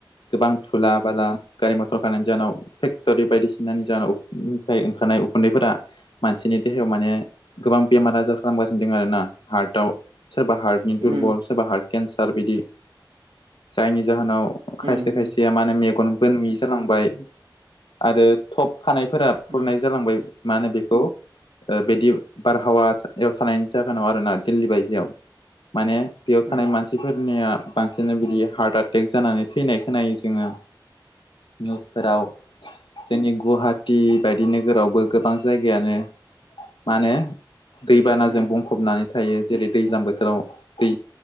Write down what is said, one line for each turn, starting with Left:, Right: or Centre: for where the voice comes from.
Left: गोबां थुला बाला गारि मथर खारनायनि जोनाव फे तरि बायदिसिनानि जाहाव फाय ओंखारनाय उखुन्दैफोरा मानसिनि देहायाव माने गोबां बेमार आजार खालामगासिनो दं आरो ना हार्टआव सोरबा हार्ट नि
Right: उम
Left: दुरबलस एबा हार्ट केन्सार बिदि जायनि जाहोनाव
Right: उम
Left: खायसे खायसेया मानो मेगनबो नुयि जालांबाय। आरो थप खानायफोरा फुरनाय
Right: उम
Left: जालांबाय मा होनो बेखौ ओ बिदि बारहावा याव थानायनि जाहोनाव आरोना दिल्ली बायदियाव माने बेयाव
Right: उम
Left: थानाय मानसि फोरनिया बांसिन बिदि हार्ट एटेक जानानै थैनाय खोनायो। जोङो निउस फोराव जोंनि गुवाहाटि बायदि नोगोरावबो गोबां जायगायानो मा होनो दैबानाजों
Right: उम
Left: बुंफबनानै थायो जेरै दैज्लां बोथोराव दै